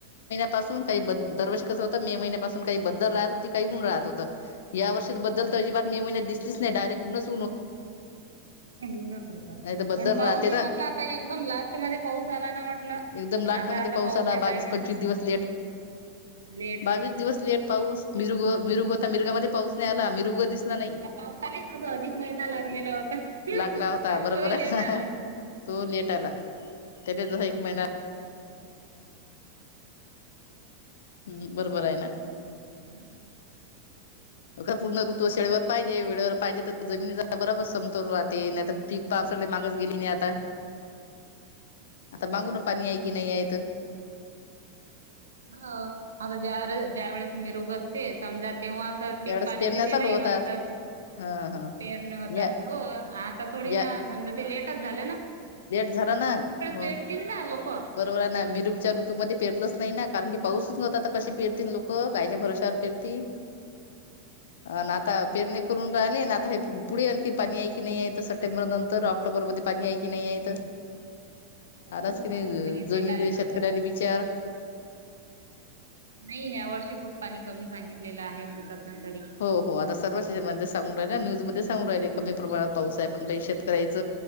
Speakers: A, on the left; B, on the right.
A: पासून काही ब दरवर्ष कसं होतं मे महिन्यापासून काही बद्दल राहत होती काही ऊन राहत होतं या वर्षी बद्दल मे महिन्यात दिसलीच नाही डायरेक्ट उन्हस
B: उनच होत
A: नाही तर बद्दल
B: पाऊसही
A: राहते ना.
B: म्हटलं आता एकदम लास्टमध्ये पाऊस आला ना म्हटलं
A: एकदम लास्ट
B: आता
A: मध्ये
B: आता पाऊस
A: आला
B: येत
A: बावीस
B: आहे ना
A: पंचवीस दिवस लेट
B: लेट
A: बावीस दिवस लेट पाऊस मिरुग मिरुग होता मिरगामध्येध्ये पाऊस नाही आला मिरुग दिसला नाही
B: पावसाळी महिना लागलेला होता
A: लागला होता बरोबर
B: तोही
A: आहे
B: लेट
A: ना,
B: आला
A: तो लेट आला त्याच्या तस एक महिना हम्म बरोबर आहे ना
B: हाना
A: अका पूर्ण ऋतु वेडे वर पाहिजे वेळेवर पाहिजे तर जमनीचा बरोबर समतोर राहते नाही तर पीक पा सगळे मागस गेली आता आता मागून ना पाणी आहे की नाही आहे तर
B: ह आता ज्याळे ज्या वेळेस मी रोग असते समजा तेव्हा तर पीक
A: त्यावेळेस
B: पाण्याचे
A: पेरण्या
B: ते
A: चालू
B: टाईम
A: होतात
B: असतात
A: हा हा
B: पेरणे होतात
A: या
B: हो आता थोडी
A: या
B: ना समजा ते लेटच झाली
A: लेट झाला ना हो
B: पेरतील ना लोक
A: बरोबर आहे ना मिरूपच्या ऋतूमध्येपेरलंच नाही ना कारण की पाऊसच नव्हता आता कशी फिरतील लोक काायच्या भरोसावर फिरतील अ आता पेरणे करून राहिले ना आता हे पुढे आणखी पाणी आहेय की नाही आहे तर सप्टेंबर नंतर ऑक्टोबरमध्ये पाणी आहे. कि नाही आहे तर आताच
B: कमी
A: कि नाही
B: पाणी सांगितलेलं
A: जमीन
B: आहे म्हणतात
A: शेतकऱ्याली विचार
B: नाही ह्या वर्षी खूप पाणी कमी सांगितलेलं आहे ना तरी.
A: हो हो आता सर्वच्याच्यामध्ये सांगून राहिल न्यूजमध्ये सांगू राहिले कमी प्रमाणात पाऊस आहे पण लै शेत करायच